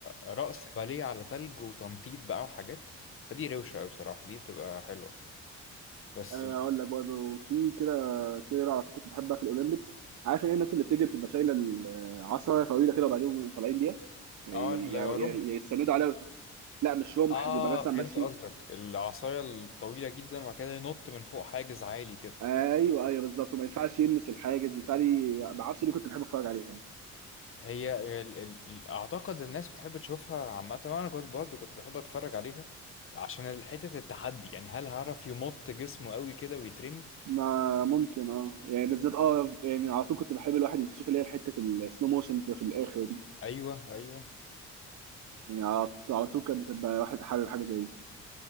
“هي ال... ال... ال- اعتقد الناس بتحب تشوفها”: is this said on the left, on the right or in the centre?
Left